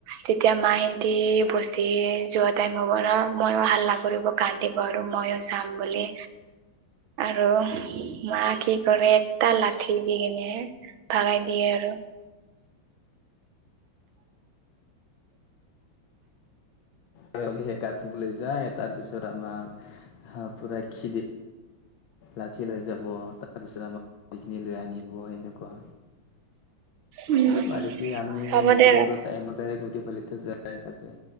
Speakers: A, on the right (about 80°); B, on the left (about 75°).
A: তেতিয়া মাহতে বস্তি যোৱা টাইম হ'ব ন মই। হাল্লা কৰিব কান্দিব আৰু মইো যাম বুলি। আৰু মা কি কৰে একটা লাঠি দি কেনে ভাগাই দি। দিয়ে আৰু।
B: ছাগলি সেকা থুবলৈ যায় তাৰপিছত আমাক হ পুৰা খিদি লাঠি লৈ যাব তাৰপিছত আমাকখিনি লৈ আনিব এনেকুৱা।
A: উম
B: এইবাৰ বাৰিছেপাৰিছি আমি
A: হ'ব দে
B: সৰু
A: ৰ
B: সৰু টাইমত প্ৰতিফলিত যে। যায়, তাতে।